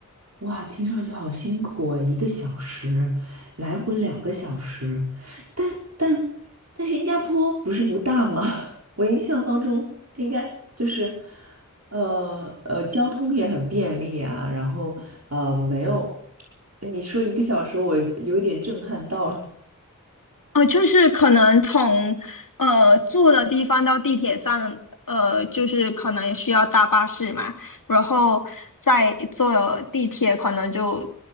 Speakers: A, on the right (about 50°); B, on the left (about 75°).
A: 哇，听上去好辛苦啊！一个小时，来回两个小时，但但但新加坡不是不大吗？<laughs> 我印象当中应该就是，呃呃，交通也很便利啊，然后呃没有，你说一个小时，我有一点震撼到了。
B: 哦，就是可能从呃住的地方到地铁站，呃，就是可能也需要搭巴士嘛，然后再坐地铁，可能就